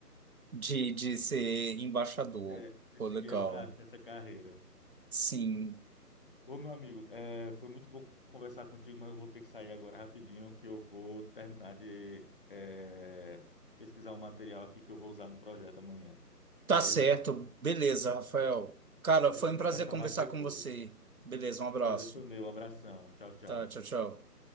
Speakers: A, on the right; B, on the left.
A: de, de ser embaixador.
B: <laughs> é, de
A: Pô,
B: seguir
A: legal.
B: essa, essa carreira.
A: Sim.
B: Ô, meu amigo, é, foi muito bom conversar contigo, mas eu vou ter que sair agora rapidinho, que eu vou terminar de, é, pesquisar um material aqui que eu vou usar no projeto amanhã. Beleza?
A: Tá certo. Beleza, Rafael. Cara,
B: A gente
A: foi
B: conversa
A: um prazer conversar
B: mais depois.
A: com você. Beleza, um abraço.
B: Prazer foi meu. Abração. Tchau, tchau.
A: Tá, tchau, tchau.